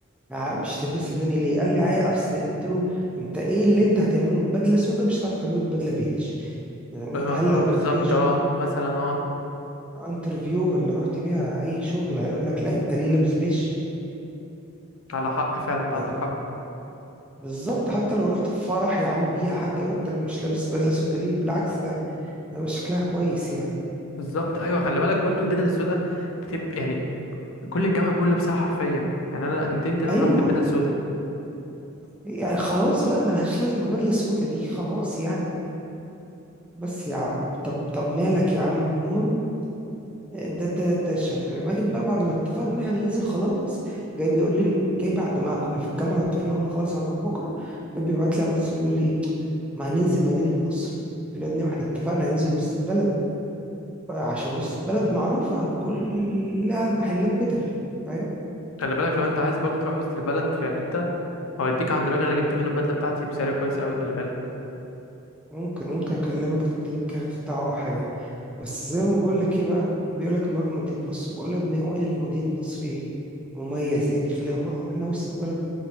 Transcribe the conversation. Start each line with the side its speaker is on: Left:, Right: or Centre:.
Centre: آه، مش هتلبسها تاني ليه قال لي عاي اصل قلت له انت ايه اللي انت هتعمله ببدله سودا مش هتعرف تعمله ببدله بيج يعني
Left: ما- ما-
Centre: هل
Left: ما-
Centre: لو
Left: بالظبط
Centre: رحت بيها جوب
Left: اه مثلا اه
Centre: انترفيو ولا رحت بيها اي شغل هيقول لك لا انت ليه لابس بيج
Left: على حق فعلا انت
Centre: يعني
Left: عندك حق
Centre: بالظبط حتى لو رحت في فرح يا عم بيها حد يقول لك انت مش لابس بدله سودا ليه بالعكس ده هيبقى شكلها كويس يعني
Left: بالظبط ايوه خلي بالك برضو البدل السوداء بتبقى يعني كل الجامعه كلها لابسها حرفيا يعني انا ندمت ان انا
Centre: ايوه
Left: رحت البدل السوداء
Centre: يعني خلاص بقى ملهاش لازمه بدله سودا دي خلاص يعني بس يا عم طب طب مالك يا عم المهم ده ده ده الشافعي ماجد بقى بعد ما اتفقنا ان احنا ننزل خلاص جاي بيقول لي جاي بعد ما كنا في الجامعه واتفقنا قلنا خلاص هنروح بكره جاي بيبعت لي على الواتس بيقول لي ما هننزل مدينه نصر قلت له يا ابني ما احنا اتفقنا هننزل وسط البلد عشان وسط البلد معروفه كلها محلات بدل فاهم
Left: خلي بالك لو انت عايز برضه تروح وسط البلد في حته هوديك عند راجل انا جبت منه البدله بتاعتي بسعر كويس قوي خلي بالك
Centre: ممكن ممكن اكلمك تديني الكارت بتاعه او حاجه بس زي ما بقول لك ايه بقى بيقول لك نروح مدينه نصر بقول له يا ابني هو ايه اللي في مدينه نصر ايه مميز يعني خلينا نروح واحنا وسط البلد